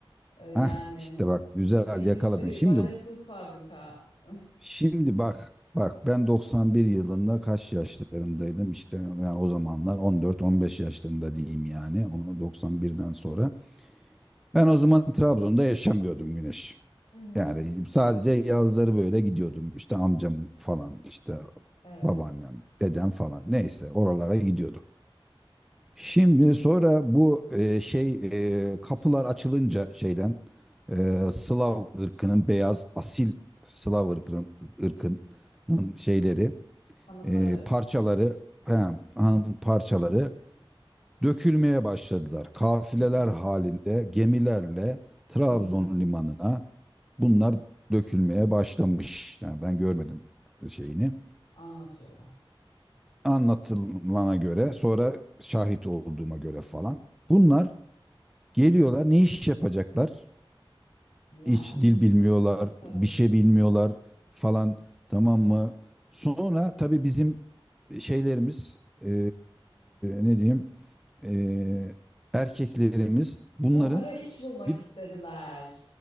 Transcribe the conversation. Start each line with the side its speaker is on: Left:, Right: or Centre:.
Left: E, yani
Centre: Ah işte bak güzel
Left: endüstri,
Centre: yakaladın. Şimdi
Left: bacasız fabrika. <laughs>
Centre: Şimdi bak bak ben 91 yılında kaç yaşlarındaydım işte yani o zamanlar 14-15 yaşlarında diyeyim yani onu 91'den sonra. Ben o zaman Trabzon'da yaşamıyordum Güneş.
Left: Hı hı.
Centre: Yani sadece yazları böyle gidiyordum işte amcam falan işte
Left: Evet.
Centre: babaannem dedem falan neyse oralara gidiyorduk. Şimdi sonra bu e, şey e, kapılar açılınca şeyden e, Slav ırkının beyaz asil Slav ırkının, ırkının şeyleri
Left: Hanımları.
Centre: e, parçaları he, hanım
Left: Hı hı.
Centre: parçaları dökülmeye başladılar. Kafileler
Left: Hı hı.
Centre: halinde gemilerle Trabzon
Left: Hı hı.
Centre: limanına bunlar dökülmeye başlamış. Yani ben görmedim şeyini.
Left: Anlatıyorlar.
Centre: Anlatılana göre sonra şahit olduğuma göre falan. Bunlar
Left: Hı hı.
Centre: Geliyorlar ne iş yapacaklar?
Left: Yani
Centre: Hiç
Left: ne?
Centre: dil bilmiyorlar,
Left: Tabii.
Centre: bir şey bilmiyorlar falan tamam mı? Sonra tabii bizim şeylerimiz eee, ne diyeyim eee, erkeklerimiz bunların
Left: Onlara iş bulmak
Centre: bir,
Left: istediler.